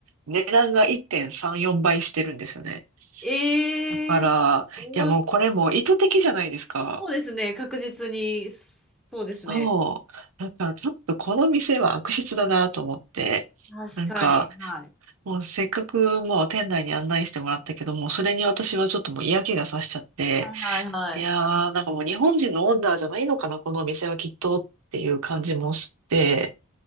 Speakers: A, on the right (about 80°); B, in the centre.
A: 値段が1.34倍してるんですよね。
B: ええ、
A: だから、
B: そ
A: いやもうこれも意図的じゃないですか。
B: うですね。確実に、そうですね。
A: そう。だからちょっとこの店は悪質だなと思って、
B: 確かに。
A: なんか、
B: はい。
A: もうせっかくもう店内に案内してもらったけども、それに私はちょっともう嫌気がさしちゃって、
B: はいはいはい。
A: いやー、なんかもう日本人のオーナーじゃないのかな、このお店はきっとっていう感じもして、